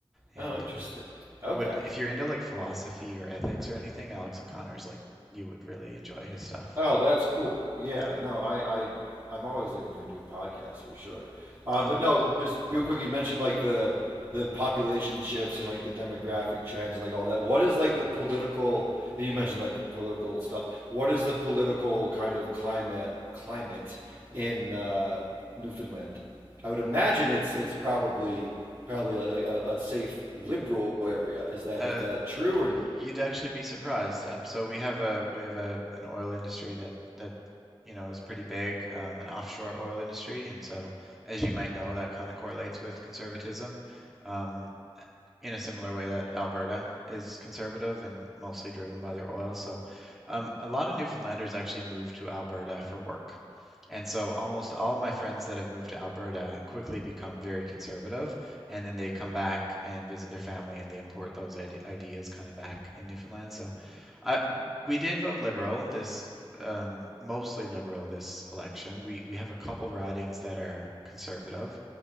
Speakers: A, in the centre; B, on the right (about 35°).
A: And
B: Oh, interesting.
A: uh,
B: Okay.
A: would if you're into like philosophy or ethics or anything, Alex O'Connor's like you would really enjoy his stuff.
B: Oh, that's cool. Yeah,
A: Yeah,
B: no, I, I I'm always looking for new podcasts for sure. Uh,
A: yeah.
B: but no, just real quick, you mentioned like the the population shifts and like the demographic trends and like all that. What is like the political? And you mentioned like political stuff. What is
A: hmm
B: the political kind of climate climate
A: hmm
B: in uh, Newfoundland? I would imagine it's it's probably probably like a, a safe liberal area. Is that
A: Uh,
B: is that true
A: y-
B: or?
A: you'd actually be surprised. Um, so we have a we have a an oil industry that that you know is pretty big, um, an offshore oil industry, and so as you might know, that kind of correlates with conservatism. Um, in a similar way that Alberta is conservative and mostly driven by their oil. So, um, a lot of Newfoundlanders actually moved to Alberta for work. And so almost all my friends that have moved to Alberta quickly become very conservative, and then they come back and visit their family and they import those ideas kind of back in Newfoundland. So I, we did vote Liberal this um, mostly Liberal this election. We we have a couple ridings that are conservative.